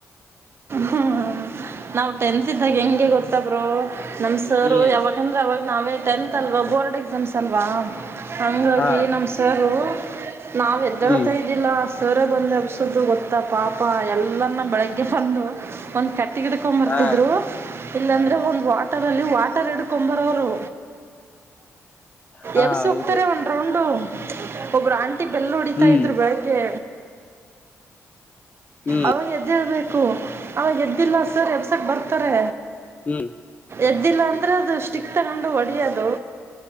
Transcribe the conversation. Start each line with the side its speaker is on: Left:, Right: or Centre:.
Right: ಹ್ಮ ನಾವ್ ಟೆಂತ್ ಇದ್ದಾಗ ಹೆಂಗೆ ಗೊತ್ತ ಬ್ರೋ <unintelligible> ನಮ್ ಸರ್
Left: ಹ್ಮ್
Right: ಯಾವಾಗಂದ್ರೆ ಅವಾಗ ನಾವೇ ಟೆಂತ್ ಅಲ್ವಾ ಬೋರ್ಡ್ ಎಕ್ಸಾಮ್ಸ್ ಅಲ್ವಾ ಹಂಗ <unintelligible>
Left: ಹಾ
Right: ಈ ನಮ್ಮ್ ಸಾರು <unintelligible> ನಾವ್ ಎದ್ದಳತ
Left: ಹ್ಮ್
Right: ಇದ್ದಿಲ್ಲ ಸವರ ಬಂದು ಹಬ್ಸೋ್ದದು ಗೊತ್ತಾ ಪಾಪ ಎಲ್ಲನ್ನ ಬೆಳಗ್ಗೆ ಬಂದು ಒಂದು <unintelligible> ಕಟ್ಟಿ ಗಿಡ್ಕೊಂಡ್ ಬರ್ತಿದ್ರು
Left: ಹಾ
Right: ಇಲ್ಲಾಂದ್ರೆ ಒಂದ್ ವಾಟರ್ ಅಲ್ಲಿ ವಾಟರ್ ಇಿ ಕುಂಬರವರು
Left: ಹಾ
Right: ಎಬ್ಸ
Left: ಹೌದು
Right: ಹೋಗ್ತಾರೆ ಉಂಟ <unintelligible> ೊಂಡು ಒಬ್ರು ಆಂಟಿ ಬೆಳ್ ಹೊಡಿತಾ
Left: ಹ್ಮ್
Right: ಇದ್ರು ಬೆಳಗ್ಗೆ
Left: ಹ್ಮ್
Right: ಅವಾಗ ಎದ್ದ ಹೇಳ್ಬೇಕು ಅವಾಗ ಎದ್ದಿಲ್ಲ ಸರ್ ಎಬ್ಸಕ್ ಬರ್ತಾರೆ
Left: ಹ್ಮ್
Right: ಎದ್ದಿಲ್ಲ ಅಂದ್ರೆ ಅದು ಸ್ಟಿಕ್ ತಗೊಂಡು ಹೊಡಿಯದು